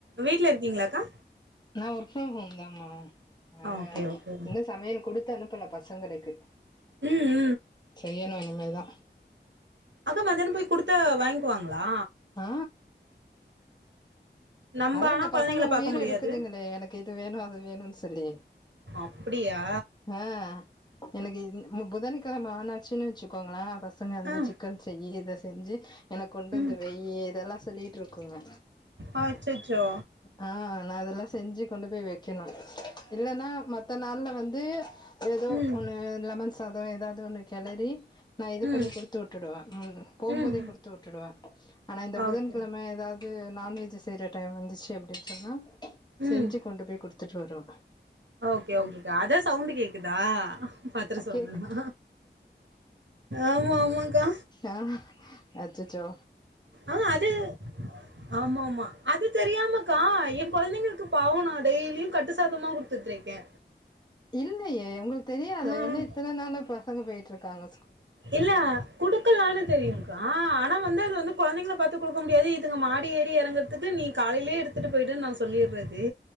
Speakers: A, on the right (about 85°); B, on the left (about 25°).
A: வீட்ல இருக்கீங்களாக்கா
B: நா ஒர்க் ஃப்ரம் ஹோம் தாமா அதனால
A: ஓகே ஓகே
B: இன்னு சமையல் கொடுத்து அனுப்பல பசங்க பசங்களுக்கு
A: உம்
B: செய்யணு இனிமேல் தா
A: அக்கா மத்தியானம் போய் குடுத்தா வாங்கிக்குவாங்களா
B: ஆ
A: நம்ப
B: அதா
A: ஆனா
B: இந்த
A: கொழந்தைங்கள
B: பசங்க
A: பாக்க
B: உயிர
A: முடியாது
B: எடுக்குதுங்களே எனக்கிது வேணு அது வேணுன் சொல்லி
A: அப்டியா
B: ஆ எனக்கு புதன்கிழம ஆனாச்சின்னு வச்சுக்கோங்களே பசங்க வந்து
A: ஆ
B: சிக்கன் செய் இத செய் செஞ்சு எனக்கு கொண்டுந்து
A: ம்
B: வையு இதெல்லா சொல்லிட்டுருக்குங்க
A: ஆ அச்சச்சோ
B: ஆ நா இதெல்லா செஞ்சு கொண்டு போய் வைக்கணும் இல்லன்னா மத்த நால்ல வந்து ஏதோ
A: ம்
B: ஒண்ணு லெமன் சாதோ ஏதாவது ஒண்ணு கெலரி நா இது பண்ணி
A: ம்
B: குடுத்து விட்டுடுவ உம் போம்போதே
A: ம்
B: குடுத்து விட்டுடுவ ஆனா இந்த புதன்கிழம
A: ஓகே
B: ஏதாவது நான்வெஜ் செய்ற டைம் வந்துச்சு அப்டின்னு சொன்னா
A: ம்
B: செஞ்சு கொண்டு போய் குடுத்துட்டு வருவ
A: ஓகே ஓகேக்கா அதா சவுண்டு கேக்குதா பாத்திரம் சவுண்ட்லா
B: கேக்
A: ஆமா ஆமாக்கா
B: ஆஹ் அச்சசோ
A: ஆ அது ஆமாமா அது தெரியாமக்கா என் கொழந்தைங்களுக்கு பாவோ நா டெய்லியும் கட்டுசாதமா குடுத்துட்டு இருக்கே
B: இல்லையே உங்களுக்கு தெரியாதா
A: ம்
B: என்ன இத்தன நாளா பசங்க போயிட்ருக்காங்க
A: இல்ல குடுக்கலானு தெரியுக்கா ஆனா வந்து அது வந்து கொழந்தைங்கள பாத்து குடுக்க முடியாது இதுங்க மாடி ஏறி எறங்கறதுக்கு நீ காலையிலயே எடுத்துட்டு போய்ட்டன்னு நான் சொல்லிட்றது